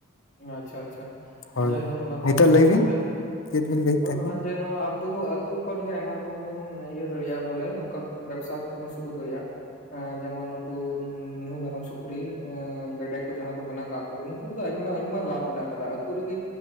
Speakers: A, on the left; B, on the left.
A: ᱟᱪᱪᱷᱟ ᱟᱪᱪᱷᱟ
B: ᱦᱳᱭ
A: ᱡᱟᱭᱦᱳᱠ ᱚᱱᱟ ᱫᱚ
B: ᱱᱤᱛᱚᱜ ᱞᱟᱹᱭ
A: ᱠᱟᱛᱷᱟ
B: ᱵᱤᱱ ᱪᱮᱫ ᱵᱤᱱ ᱞᱟᱹᱭᱮᱫ
A: ᱦᱩᱭᱩᱜ
B: ᱛᱟᱦᱮᱸᱱᱟ
A: ᱠᱟᱱᱟ ᱡᱮ ᱱᱚᱣᱟ ᱟᱵᱚ ᱦᱚᱸ ᱟᱛᱩ ᱠᱷᱚᱱᱜᱮ ᱟᱭᱢᱟ ᱨᱚᱠᱚᱢ ᱵᱩᱱ ᱤᱭᱟᱹ ᱫᱟᱲᱮᱭᱟᱜᱼᱟ ᱵᱚᱞᱮ ᱱᱚᱝᱠᱟ ᱵᱮᱵᱥᱟ ᱠᱚᱵᱩᱱ ᱥᱩᱨᱩ ᱫᱟᱲᱮᱭᱟᱜᱼᱟ᱾ ᱡᱮᱢᱚᱱ ᱱᱩᱠᱩ ᱢᱤᱦᱩ ᱢᱮᱨᱚᱢ ᱥᱩᱠᱨᱤ ᱜᱮᱰᱮ ᱠᱚ ᱡᱟᱦᱟ ᱠᱚ ᱢᱮᱱᱟᱜ ᱠᱟᱜ ᱠᱚ ᱩᱱᱠᱩᱫᱚ ᱟᱭᱢᱟ ᱞᱟᱵᱷ ᱢᱮᱱᱟᱜ ᱟᱠᱟᱫᱟ ᱟᱹᱛᱩ ᱨᱮᱜᱮ᱾